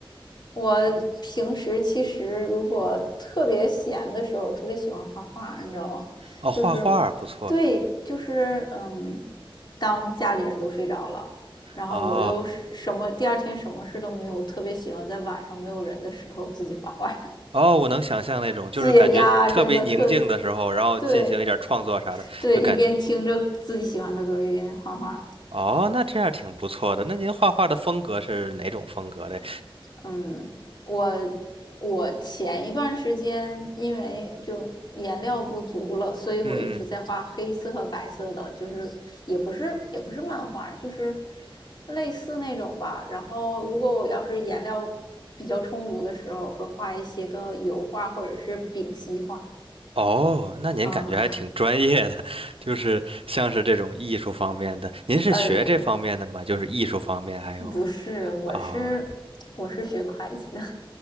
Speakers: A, on the left (about 50°); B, on the right (about 80°).
A: 我平时其实如果特别闲的时候，我特别喜欢画画，你知道吗？
B: 哦，画画不错的。
A: 就是，对，就是嗯，当家里人都睡着了，然后我又是什么第二天什么事都没有，
B: 哦
A: 我特别喜欢在晚上没有人的时候自己画画，
B: 哦，我能想象那种，
A: <laughs>
B: 就是感觉特别宁静的时候，
A: 解压，真的特别
B: 然后进行一点创作啥的，
A: 对。对，
B: 就感
A: 一边听着自己喜欢的歌，一边画画。
B: 哦，那这样挺不错的。那您画画的风格是哪种风格的？
A: 嗯，我我前一段时间因为就颜料不足了，所以我一直在画黑色和白色的，
B: 嗯，
A: 就是也不是也不是漫画，就是类似那种吧。然后如果我要是颜料比较充足的时候，会画一些个油画或者是丙烯画。
B: 哦，那您感觉还挺专业的，
A: 啊、
B: <laughs> 就是像是这种艺术方面的。您是学这方面的吗？
A: 呃，呃
B: 就是艺术方面还有
A: 不是，我是
B: 啊。
A: 我是学会计的，<laughs>